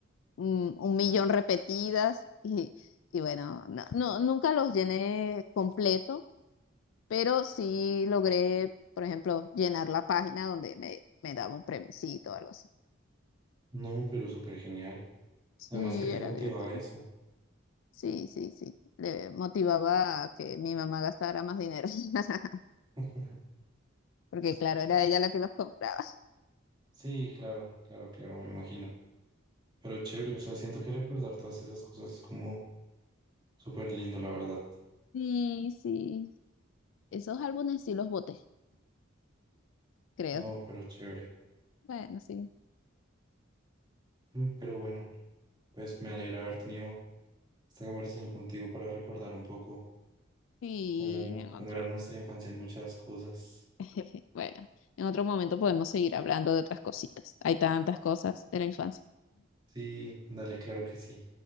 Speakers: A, on the left; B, on the right.
A: mm, un millón repetidas <laughs> y, y bueno, no, no- nunca los llené completo, pero sí logré, por ejemplo, llenar la página donde me, me daba un premiecito o algo así.
B: No, pero súper genial.
A: Sí,
B: Además que te
A: era
B: motiva
A: divertido.
B: a eso.
A: Sí, sí, sí. Le motivaba a que mi mamá gastara más dinero, <laughs>
B: <laughs>
A: porque claro, era ella la que los compraba.
B: Sí, claro, claro, claro, me imagino. Pero chévere, o sea, siento que recordar todas esas cosas es como súper lindo, la verdad.
A: Sí, sí. Esos álbumes sí los boté, creo.
B: No, pero chévere.
A: Bueno, sí.
B: Mm, Pero bueno, pues me alegra haber tenido esta conversación contigo para recordar un poco
A: Sí,
B: cómo,
A: en
B: cómo
A: otro.
B: era nuestra infancia en muchas cosas.
A: <laughs> Bueno, en otro momento podemos seguir hablando de otras cositas. Hay tantas cosas de la infancia.
B: Sí, dale, claro que sí.